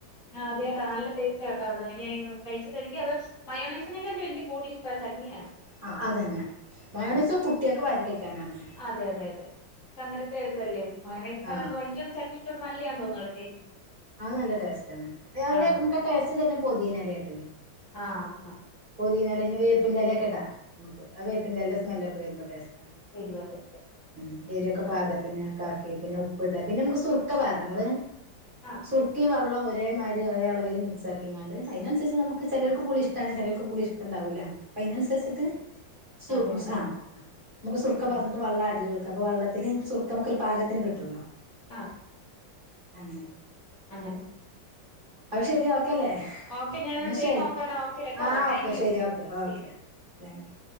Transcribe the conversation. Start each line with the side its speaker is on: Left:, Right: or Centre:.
Left: ആ അതെ കേട്ടാ നല്ല ടേസ്റ്റ് കേട്ട അത് എനിക്ക് കഴിച്ചിട്ട് എനിക്ക്‌ അത് മയോണസിനെക്കാൾ എനിക്ക് കൂടുതൽഷ്ടം. ക്ക്‌ ആ ചട്നിയാണ്.
Right: ആ അതന്നെ മയോണീസ്‌
Left: ആ
Right: കുട്ടിയൊക്ക്‌ വാരി കഴിക്കാനാണ്.
Left: അതെ അതെ അതെ അന്നേരത്തെ ഒരുതല്ലേ മയോണസ്‌ന്ന്
Right: ആ
Left: പറയുമ്പോൾ എനിക്ക് തോന്നുന്നു ചട്നി. എനിക്കൊയാ നല്ലായാ തോന്നുന്നു ടേസ്റ്റ്.
Right: അത് നല്ല ടേസ്റ്റ് ആണ് അതില്
Left: ആ
Right: നമുക്ക് ടേസ്റ്റ് തരുന്നത് പൊതിനെലയിട്ട്ണ്.
Left: ആഹ ആഹ.
Right: പോതിനെല വേപ്പിന്റെലക്കെടാം നമക്ക് ആ വേപ്പിന്റെലെന്റെ സ്മെല്ലൊക്കെ വരുമ്പോ ടേസ്റ്റ്. ഉമ്
Left: എരിവ് അതെ അതെ
Right: എരിക്കെ
Left: ആ
Right: പാകത്തിന്. നാക്കി പിന്നെ ഉപ്പ് ഇടാ പിന്നെ നമുക്ക് സുർക്കാ പാരണാ നമ്മള്
Left: ആ
Right: സുർക്കിം വെള്ളവും ഒരേമാരിക്ക് ഒരേ അളവിൽ മിക്സാക്കിങ്ങാണ്ട് അതിനനുസരിക്ക് നമ്മക്ക് ചിലോർക്ക് പുളി ഇഷ്ടമാണ് ചിലർക്ക് പുളി ഇഷ്ടണ്ടാവില്ല. അപ്പൊ അയിനനുസരിച്ചിട്ട്
Left: ഇഷ്ടമല്ലേ
Right: സു
Left: അതെ അതെ
Right: സ ആ നമുക്ക് സുർക്ക
Left: ആ
Right: പാർന്നിട്ട് വെള്ളം ആടെയ്തുകൊടുക്കാം അപ്പൊ വെള്ളത്തിൽ സുർക്ക മ്മക്ക് പാകത്തിന് കിട്ടുവല്ലോ.
Left: ആഹ.
Right: അങ്ങനെ. കിട്ടും.
Left: അങ്ങനെ ചെ
Right: അത് ശെരി ഓക്കെല്ലേ
Left: ഓക്കെ ഞാനത്
Right: എന്ന
Left: ചെയ്ത്
Right: ശരി
Left: നോക്കാടാ ഓക്കെ കേട്ടോ
Right: ആഹ
Left: താങ്ക്
Right: ഓക്കെ
Left: യു
Right: ശരി ഓക്കെ
Left: ശരി
Right: ഓക്കെ. താങ്ക് യു.